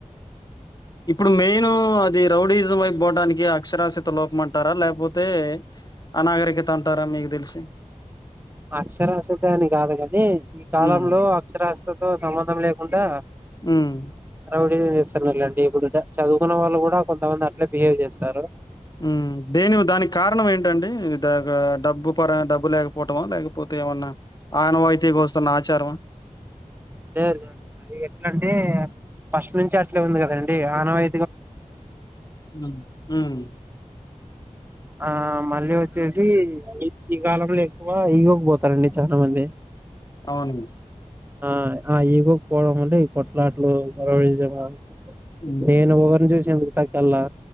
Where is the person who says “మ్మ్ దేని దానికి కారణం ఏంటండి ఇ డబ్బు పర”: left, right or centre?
Left